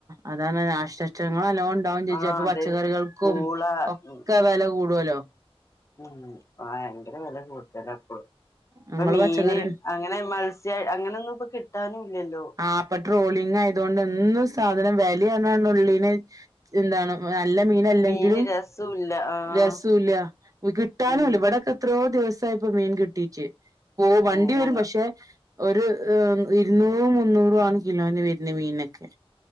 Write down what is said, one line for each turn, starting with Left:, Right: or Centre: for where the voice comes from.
Right: അതാണ് നാശനഷ്ടങ്ങള് എല്ലാം ഉണ്ടാവും ചേച്ചി
Left: ആഹ്
Right: അപ്പം
Left: അതെ
Right: പച്ചക്കറികൾക്കും
Left: പൂള
Right: ഒക്കെ
Left: ഉം
Right: വില കൂട്- ടുമല്ലോ
Left: ഉം ഭയങ്കര വില കൂടുതല അപ്പൊ ഇപ്പൊ
Right: നിങ്ങള്
Left: മീന്
Right: പച്ചക്കറി
Left: അങ്ങനെ മത്സ്യ അങ്ങനൊന്നും ഇപ്പൊ കിട്ടാനും ഇല്ലല്ലോ
Right: ആ ഇപ്പൊ ട്രോളിംഗ് ആയതുകൊണ്ട് എന്നും സാധനം വെ ഡെയ്ലി വന്നാണ് ഉള്ളിനെ എന്താണ് നല്ല മീനല്ലെങ്കിലും
Left: മീന് രസൂല്ല ആഹ്
Right: രസവുല്ല കിട്ടാനുമില്ല
Left: ഉം
Right: ഇവിടൊക്കെ എത്രയോ ദിവസ സായിപ്പോ മീൻ കിട്ടീച്ച് ഓ വണ്ടി
Left: ഏഹ്
Right: വരും
Left: ഞങ്ങ
Right: പക്ഷെ ഒരു ഇരുന്നൂറ് മു മുന്നൂറും ആണ് കിലോന് വരുന്നെ മീനൊക്കെ